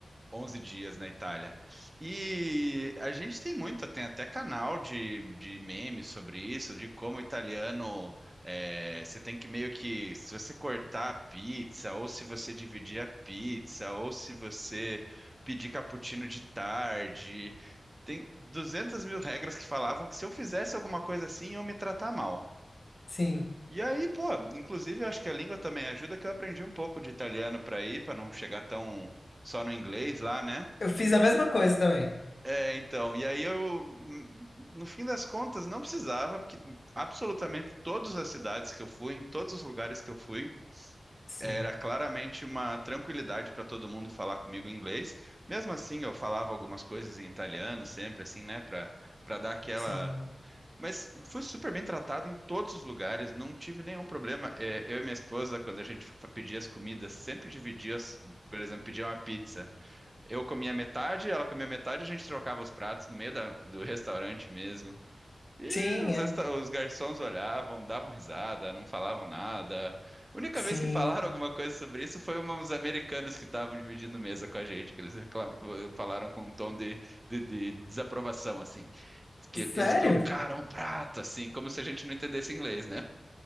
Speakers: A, on the right; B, on the left.
A: 11 dias na Itália. E a gente tem muito, tem até canal de, de memes sobre isso, de como o italiano. é, você tem que meio que. Se você cortar a pizza, ou se você dividir a pizza, ou se você pedir cappuccino de tarde. Tem 200 mil regras que falavam que se eu fizesse alguma coisa assim, iam me tratar mal.
B: Sim.
A: E aí, pô, inclusive eu acho que a língua também ajuda, que eu aprendi um pouco de italiano para ir, para não chegar tão só no inglês lá, né?
B: Eu fiz a mesma coisa também.
A: É, então, e aí eu, hum, no fim das contas, não precisava, porque absolutamente todas as cidades que eu fui, em todos os lugares que eu fui,
B: Sim,
A: era claramente uma tranquilidade para todo mundo falar comigo em inglês. Mesmo assim, eu falava algumas coisas em italiano sempre, assim, né, para para dar aquela
B: sim.
A: Mas fui super bem tratado em todos os lugares, não tive nenhum problema. É, eu e minha esposa, quando a gente fa- pedia as comidas, sempre dividia, as- por exemplo, pedia uma pizza. Eu comia metade, ela comia metade, a gente trocava os pratos no meio da- do restaurante mesmo. E
B: Sim,
A: os,
B: é.
A: resta- os garçons olhavam, davam risada, não falavam nada. A única
B: Sim.
A: vez que falaram alguma coisa sobre isso foi uma- uns americanos que estavam dividindo mesa com a gente, que eles reclamam- falaram com um tom de de- de desaprovação, assim que
B: Sério?
A: eles trocaram prata, assim, como se a gente não entendesse inglês, né?